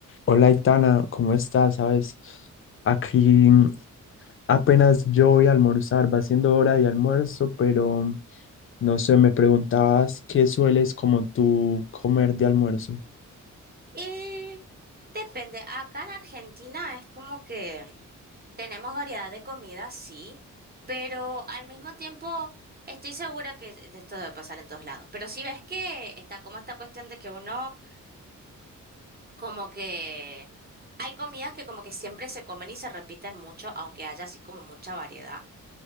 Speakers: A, on the left (about 45°); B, on the right (about 30°).
A: Hola, Itana, ¿cómo estás? ¿Sabes? Aquí apenas yo voy a almorzar, va siendo hora de almuerzo, pero no sé, me preguntabas qué sueles como tú comer de almuerzo.
B: Y depende, acá en Argentina es como que tenemos variedad de comida, sí, pero al mismo tiempo estoy segura que de esto debe pasar en todos lados. Pero si ves que está como esta cuestión de que uno como que hay comidas que como que siempre se comen y se repiten mucho, aunque haya así como mucha variedad.